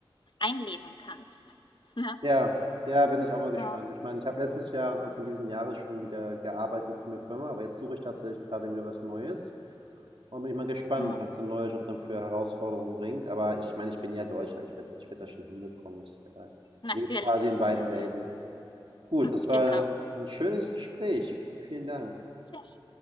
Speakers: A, on the left; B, on the right.
A: einleben kannst. <laughs> Ja,
B: ja, ja, bin ich auch mal gespannt.
A: ja.
B: Ich meine, ich habe letztes Jahr und Anfang diesen Jahres schon wieder gearbeitet für eine Firma, aber jetzt suche ich tatsächlich gerade wieder was Neues und bin ich mal gespannt,
A: Hm.
B: was der neue Job dann für Herausforderungen bringt. Aber ich meine, ich bin ja Deutscher, ich werde ich werd das schon hinbekommen. Ich äh,
A: Natürlich,
B: lebe quasi in beiden
A: natürlich,
B: Welten. Gut, das
A: <laughs>
B: war
A: genau.
B: ein schönes Gespräch. Vielen Dank.
A: Ja.